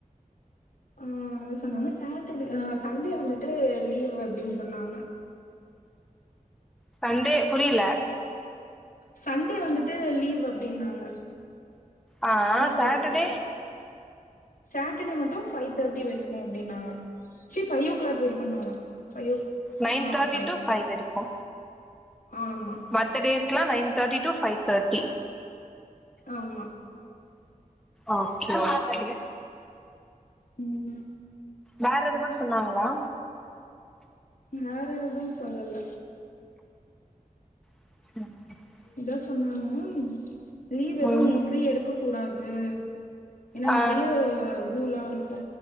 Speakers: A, on the left; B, in the centre.
A: ஆ அதா சொன்னாங்க சாட்டர்டே அ சண்டே வந்துட்டு லீவ் அப்டின்னு சொன்னாங்க
B: சண்டே புரில
A: சண்டே வந்துட்டு லீவ் அப்டின்னாங்க
B: ஆ
A: வீக்டேஸ்ல
B: சாட்டர்டே
A: சாட்டர்டே மட்டு ஃபைவ் தேர்டி வரைக்கு அப்டின்னாங்க ச்சி ஃபைவ் ஓ க்ளாக் வரைக்குனாங்க ஃவைவோ
B: நைன்
A: ஆ
B: தேர்ட்டி
A: ஃபைவ்
B: டு வரைக்கு
A: ஆமா
B: மத்த டேஸ்ஸெல்லா nine thirty to five thirty
A: ஆமா
B: ஓகே ஓகே
A: ம்
B: வேற எதுனா சொன்னாங்ளா
A: வேற எதுவு சொல்லல
B: <unintelligible>
A: இதா சொன்னாங்க லீவ் எதவு
B: ம்
A: மோஸ்ட்லி எடுக்க கூடாது ஏனா
B: ஆ
A: நெறைய இதுல்லா இருக்கு